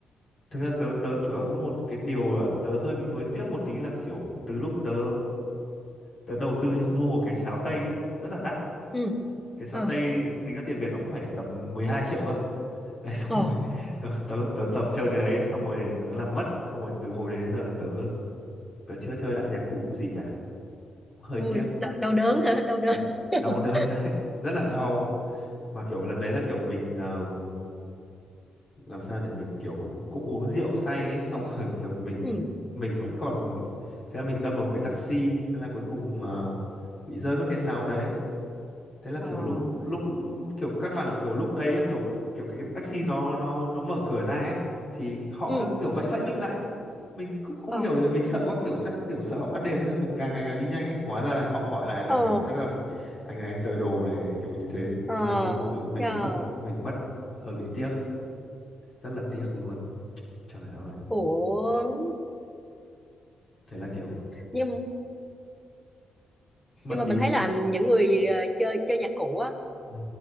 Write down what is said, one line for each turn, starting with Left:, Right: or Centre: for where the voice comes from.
Left: thực ra tớ tớ, tớ có một cái điều là tớ hơi bị nuối tiếc một tí là kiểu từ lúc tớ tớ đầu tư tớ mua một cái sáo tây ấy rất là đắt
Centre: ừ
Left: cái sáo
Centre: ờ
Left: tây tính ra tiền Việt nó cũng phải tầm 12 triệu cơ <laughs> đấy xong
Centre: ờ
Left: rồi <laughs> tớ, tớ, tớ tập chơi cái đấy xong rồi tớ làm mất xong rồi từ hồi đấy đến giờ là tớ tớ chưa chơi lại nhạc cụ gì cả Cũng hơi
Centre: ôi
Left: tiếc
Centre: đau, đau đớn hả đau đớn
Left: đau,
Centre: <laughs>
Left: đau đớn đấy <laughs> rất là đau mà kiểu lần đấy là kiểu mình ờm, làm sao nhỉ mình kiểu cũng cũng uống rượu say ấy xong rồi <laughs> kiểu mình
Centre: ừ
Left: mình vẫn còn thế là mình đâm vào một cái taxi thế là cuối cùng ờ, bị rơi mất cái sáo đấy thế là
Centre: ờ
Left: kiểu lúc lúc kiểu căn bản là kiểu lúc đấy là kiểu kiểu cái taxi nó nó nó mở cửa ra ấy thì họ
Centre: ừ
Left: cứ kiểu vẫy vẫy mình lại mình cũng không
Centre: ờ
Left: hiểu rồi mình sợ quá kiểu chắc kiểu sợ họ bắt đền thế mình càng ngày càng đi nhanh ấy hóa ra là họ hỏi lại là
Centre: Ờ
Left: kiểu chắc là anh này anh rời đồ này kiểu như thế
Centre: ờ
Left: thế là cũng bị mình
Centre: trời
Left: bị mất mình bị mất hơi bị tiếc rất là tiếc luôn trời ơi
Centre: ủa
Left: thế là kiểu
Centre: nhưng
Left: mất
Centre: nhưng mà
Left: đi
Centre: mình thấy là những người ờ, chơi chơi nhạc cụ á
Left: ừ.